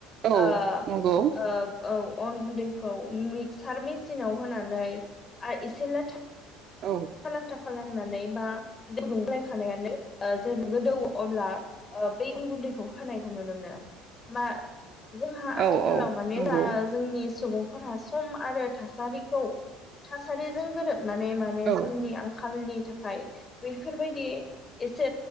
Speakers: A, on the right (about 50°); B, on the left (about 25°).
A: औ
B: आ
A: नंगौ
B: आ औ अन गुन्दैखौ मिक्सार मि सिनाव होनानै आरो इसेल' थ
A: औ
B: लाथा खालामना नै बा <unintelligible> गोदौ अब्ला ओ बै अन गुनदैखौ खौ होनायखौ नुनो मोनो मा जोंहा
A: औ
B: आथिखालाव
A: औ
B: माने
A: नंगौ
B: जोंनि सुबुंफोरा सम आरो थासारिखौ थासारिजों गोरोब माने समनि
A: औ
B: आंखाल खालनि थाखाय बैफोरबायदि एसे